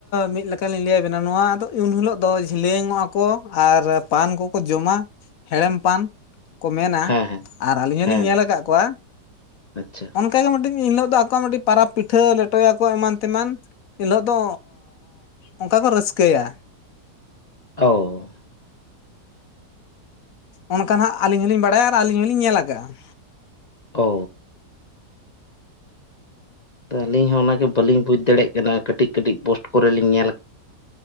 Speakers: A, on the left; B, on the left.
A: ᱢᱤᱫ ᱞᱮᱠᱟ ᱞᱤᱧ ᱞᱟᱹᱭ ᱟᱵᱤᱱᱟ ᱱᱚᱣᱟᱫᱚ ᱩᱱ ᱦᱤᱞᱳᱜ ᱫᱚ ᱡᱷᱤᱞᱟᱹᱝ ᱚᱜᱼᱟ ᱠᱚ ᱟᱨ ᱯᱟᱱ ᱠᱚᱠᱚ ᱡᱚᱢᱟ ᱦᱮᱲᱮᱢ ᱯᱟᱱ ᱠᱚ ᱢᱮᱱᱟ
B: ᱦᱮᱸ ᱦᱮᱸ
A: ᱟᱨ ᱟᱹᱞᱤᱧ ᱦᱚᱞᱤᱧ
B: ᱦᱮᱸ
A: ᱧᱮᱞ ᱟᱠᱟᱫ ᱠᱚᱣᱟ
B: ᱟᱪᱪᱷᱟ
A: ᱚᱱᱠᱟ ᱜᱮ ᱢᱤᱫᱴᱮᱱ ᱮᱱ ᱦᱤᱞᱳᱜ ᱫᱚ ᱟᱠᱚᱣᱟᱜ ᱢᱤᱫᱴᱤᱡ ᱯᱟᱨᱟᱵᱽ ᱯᱤᱴᱷᱟᱹ ᱞᱮᱴᱚᱭᱟᱠᱚ ᱮᱢᱟᱱ ᱛᱮᱢᱟᱱ ᱮᱱ ᱦᱤᱞᱳᱜ ᱫᱚ ᱚᱱᱠᱟ ᱠᱚ ᱨᱟᱹᱥᱠᱟᱹᱭᱟ
B: ᱳ
A: ᱚᱱᱠᱟ ᱱᱟᱦᱟᱸᱜ ᱟᱹᱞᱤᱧ ᱦᱚᱸᱞᱤᱧ ᱵᱟᱲᱟᱭᱟ ᱟᱨ ᱟᱹᱞᱤᱧ ᱦᱚᱞᱤᱧ ᱧᱮᱞ ᱠᱟᱜᱼᱟ ᱾
B: ᱳ ᱟᱹᱞᱤᱧ ᱦᱚᱸ ᱚᱱᱟᱜᱮ ᱵᱟᱹᱞᱤᱧ ᱵᱩᱡᱽ ᱫᱟᱲᱮᱭᱟᱜ ᱠᱟᱱᱟ ᱠᱟᱹᱴᱤᱡ ᱠᱟᱹᱴᱤᱡ ᱯᱳᱥᱴ ᱠᱚᱨᱮ ᱞᱤᱧ ᱧᱮᱞ